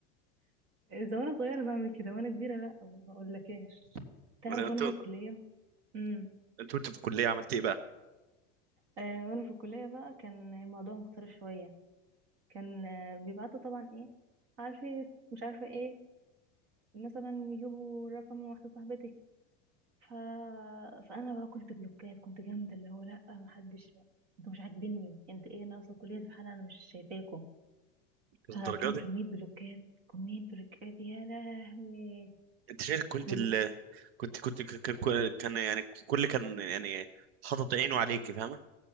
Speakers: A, on the right (about 40°); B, on the right (about 80°).
A: اذا وانا صغيره بعمل كده وانا كبيره لا ما اقولكاش تعرف
B: ولا انت
A: وانا في الكليه امم
B: انت وانت في الكليه عملت ايه بقى
A: آه وانا في الكليه بقى كان الموضوع مختلف شويه كان آه بيبعتوا طبعا ايه على الفيس مش عارفه ايه مثلا يجيبوا رقم من واحده صاحبتي ف... فانا بقى كنت بلوكات كنت جامده اللي هو لا محدش انتوا مش عاجبيني انت ايه ناقصه الكليه دي في حالها انا مش شايفاكم
B: الدرجه
A: فكان
B: دي
A: كمية بلوكات كمية بلوكات يا لهوي
B: انت شايف كنت
A: بب-
B: ال... كنت كنت ك- ك- كان يعني كل كان يعني حاطط عينه عليك فاهمه